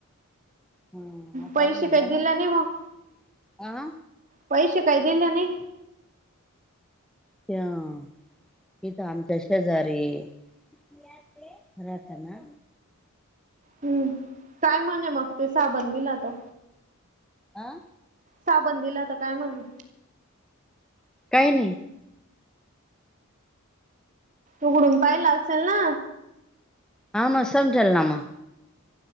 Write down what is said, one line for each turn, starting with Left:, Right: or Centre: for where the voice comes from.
Centre: हम् आता
Right: पैसे काही दिले नाही मग
Centre: <inaudible> आ.
Right: पैसे काही दिल्या नाही.
Centre: ह किथ आमच्या शेजारी रे रतना
Right: हम्म. काय म्हणे मग ते साबण दिला तर
Centre: आा
Right: साबंद दिला तर काय म्हण
Centre: काही नाही.
Right: उघडून पाहिला असेल ना.
Centre: हा म समजल ना म